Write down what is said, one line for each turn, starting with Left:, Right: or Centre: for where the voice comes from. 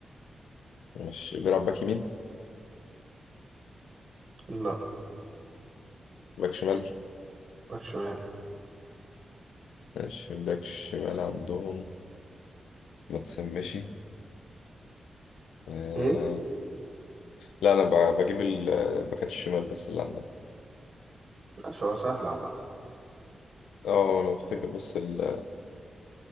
Left: ماشي بيلعب باك يمين
Right: لا
Left: باك شمال
Right: باك شمال
Left: ماشي باك شمال عندهم ما تسمشي آه،
Right: ايه
Left: لا انا ب- بجيب ال- آه، باكات الشمال بس اللي عندهم
Right: ماشي هو سهل عامة
Left: اه انا بفتكر بس ال